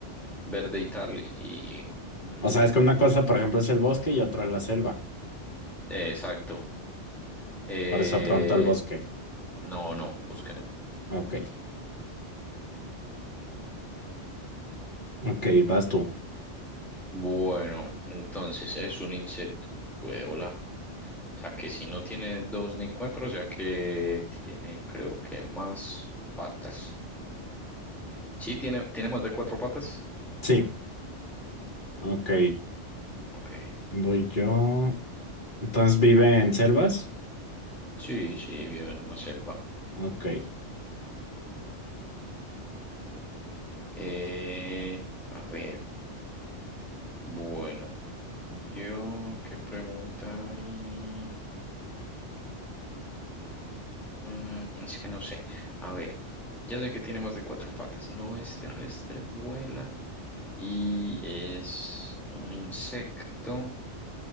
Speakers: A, in the centre; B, on the left.
A: verde y tal, y... mm,
B: O sea, es que una cosa, por ejemplo, es el bosque y otra es la selva.
A: eh, exacto. Eh,
B: Por eso pronto el bosque.
A: no, no, bosque no.
B: Ok. Ok, vas tú.
A: Bueno, entonces es un insecto, puede volar. O sea que si no tiene dos ni cuatro, o sea que tiene creo que más patas. Sí, tiene, tiene más de cuatro patas.
B: Sí. Ok.
A: Ok.
B: Voy yo. Entonces vive en selvas.
A: Sí, sí, vivo en una selva.
B: Ok.
A: Eh, a ver, bueno, yo qué preguntaría. Mm, es que no sé. A ver, ya sé que tiene más de cuatro patas. No es terrestre, vuela y es un insecto.